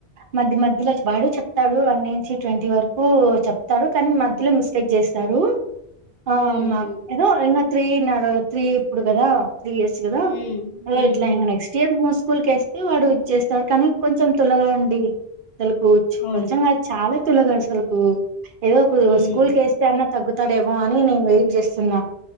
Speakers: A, on the right (about 60°); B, on the left (about 75°).
A: మధ్య మధ్యలో వాడు చెప్తడు వన్ నుంచి ట్వంటీ వరకు చెప్తాడు కానీ మధ్యలో మిస్టేక్ చేస్తారు ఆ
B: ఉమ్
A: <unintelligible> ఏదో త్రీ నడు త్రీ ఇప్పుడు కమగధ త్రీ ఇయర్స్ గదా
B: ఉమ్ ఉహు
A: ఎట్లైన నెక్స్టియర్ ఉమ్ స్కూల్కేస్తే వాడు ఇచ్చేస్తడు కానీ కొంచెం తులగా <unintelligible> అండి అసలుకూచ్
B: అవును
A: కొంచంగాద్ చాలా తులగాలు <unintelligible> అసలుకు ఏదోకు
B: ఉమ్
A: స్కూల్కేస్తే అన్న తగ్గుత తడేమో అని నేన్ వెయిట్ జేస్తున్న